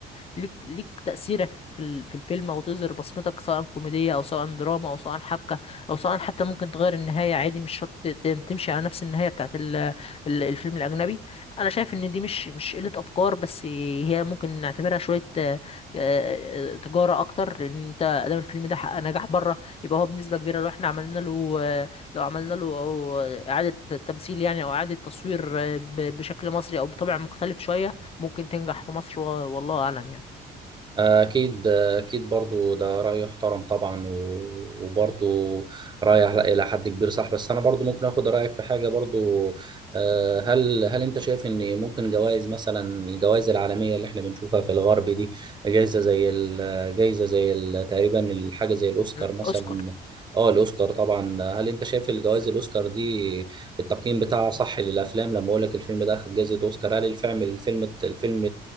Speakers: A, on the left; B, on the right.
A: ليك ليك تاثيرك في ال- في الفيلم او تظهر بصمتك سواء كوميديه او سواء دراما او سواء حبكه او سواء حتى ممكن تغير النهايه عادي مش شرط ت- ت- تمشي على نفس النهايه بتاعت ال- ال- الفيلم الاجنبي انا شايف ان دي مش مش قله افكار بس هي ممكن نعتبرها شويه آه، آه، تجاره اكتر لان انت ادام الفيلم ده حقق نجاح بره يبقى هو بنسبه كبيره لو احنا عملنا له آه، لو عملنا له أو إعادة تمثيل يعني أو إعادة تصوير آه، ب- بشكل مصري أو بطبع مختلف شوية ممكن تنجح في مصر و- والله أعلم يعني
B: أكيد أكيد برضو ده رأي يحترم طبعا و- وبرضو رأي إلى إلى حد كبير صح بس أنا برضو ممكن أخد رأيك في حاجة برضو آه، هل هل أنت شايف إن ممكن جوائز مثلا الجوائز العالمية اللي إحنا بنشوفها في الغرب دي جايزة زي ال- جايزة زي ال- تقريبا الحاجة زي الأوسكار
A: الأوسكار
B: مثلا اه الأوسكار طبعا هل أنت شايف الجوائز الأوسكار دي التقييم بتاعها صح للأفلام لما أقول لك الفيلم ده أخد جائزة أوسكار هل الفيلم الفيلم الفيلم